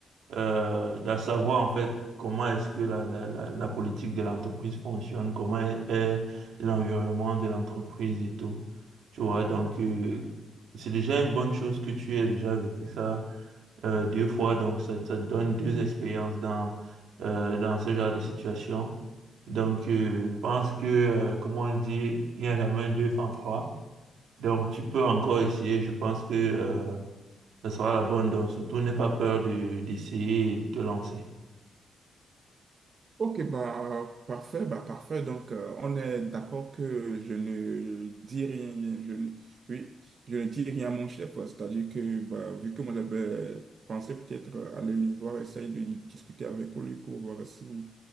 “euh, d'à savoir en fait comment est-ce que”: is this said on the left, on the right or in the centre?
Right